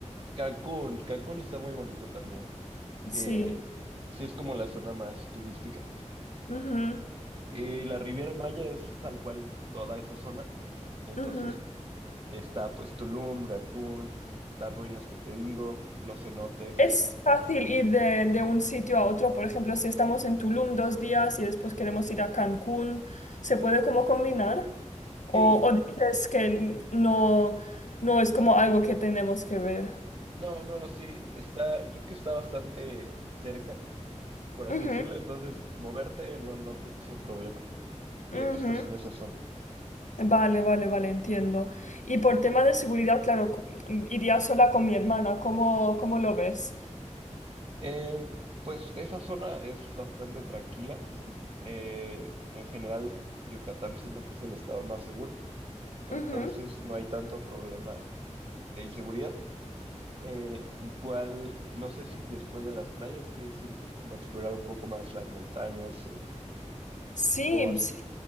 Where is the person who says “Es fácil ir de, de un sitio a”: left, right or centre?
Left